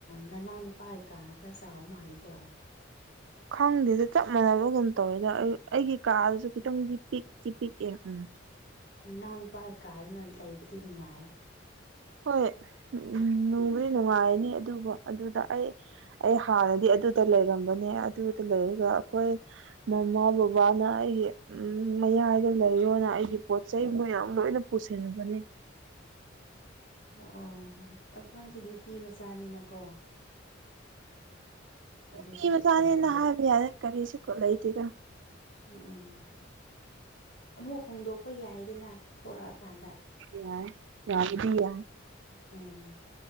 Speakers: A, on the left; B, on the right.
A: ꯅꯅꯥꯎ ꯅꯨꯄꯥꯒꯤ ꯀꯥꯅ ꯈꯔ ꯆꯥꯎꯕ ꯃꯥꯜꯂꯤꯀꯣ
B: ꯈꯪꯗꯦꯗ ꯆꯞ ꯃꯥꯟꯅꯕꯒꯨꯝ ꯇꯧꯋꯦꯗ ꯑꯩꯒꯤ ꯀꯥꯗꯁꯨ ꯈꯤꯇꯪꯗꯤ ꯄꯤꯛꯇ ꯄꯤꯛꯑꯦ ꯎꯝ
A: ꯅꯅꯥꯎ ꯅꯨꯄꯥꯒꯤꯩ ꯀꯥꯗꯅ ꯂꯩꯕꯗꯤ ꯅꯨꯡꯉꯥꯏꯌꯦ
B: ꯍꯣꯏ ꯎꯝ ꯎꯝ ꯅꯨꯡꯕꯨꯗꯤ ꯅꯨꯡꯉꯥꯏꯅꯤ ꯑꯗꯨꯕꯨ ꯑꯗꯨꯗ ꯑꯩ ꯑꯩ ꯍꯥꯟꯅꯗꯤ ꯑꯗꯨꯗ ꯂꯩꯔꯝꯕꯅꯦ ꯑꯗꯨꯗ ꯂꯩꯔꯒ ꯑꯩꯈꯣꯏ ꯃꯃꯥ ꯕꯕꯥꯅ ꯑꯩꯒꯤ ꯎꯝ ꯃꯌꯥꯏꯗ ꯂꯩꯔꯣꯅ ꯑꯩꯒꯤ ꯄꯣꯠ ꯆꯩ ꯃꯌꯥꯝ ꯂꯣꯏꯅ ꯄꯨꯁꯤꯟꯕꯅꯦ
A: ꯑꯣ ꯑꯣ ꯅꯪꯗꯤ ꯅꯨꯄꯤ ꯃꯆꯥꯅꯤꯅꯀꯣ
B: ꯅꯨꯄꯤ
A: ꯑꯗꯨꯒꯤꯁꯨ
B: ꯃꯆꯥꯅꯦꯅ
A: ꯑꯣꯏꯔꯝꯒꯅꯤ
B: ꯍꯥꯏꯕ ꯌꯥꯔꯦ ꯀꯔꯤꯁꯨ ꯂꯩꯗꯦꯗ
A: ꯎꯝ ꯎꯝ ꯎꯝ ꯑꯃꯨꯛ ꯍꯣꯡꯗꯣꯛꯄ ꯌꯥꯏꯗꯅ ꯊꯣꯛꯂꯛꯑ ꯀꯥꯟꯗ
B: ꯌꯥ ꯌꯥꯕꯗꯤ ꯌꯥꯏ
A: ꯎꯝ